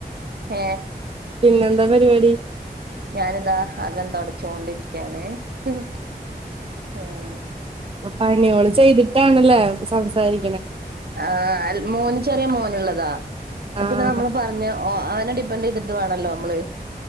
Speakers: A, on the right (about 70°); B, on the right (about 35°).
A: ഏ
B: പിന്നെന്താ പരിപാടി
A: ഞാനിതാ അകം തുടച്ചോണ്ടിരിക്കയാണ് ഉം ആഹ്
B: അപ്പൊ പണിയോള് ചെയ്തിട്ടാണല്ലേ സംസാരി
A: ആഹ് അൽ മോന് ചെറിയ മോനുള്ളതാ അപ്പൊ
B: ആഹ്
A: പിന്നെ നമ്മള് പറഞ്ഞ് ഓ അവനെ ഡിപ്പൻഡ് ചെയ്തിട്ട് വേണല്ലോ നമ്മള്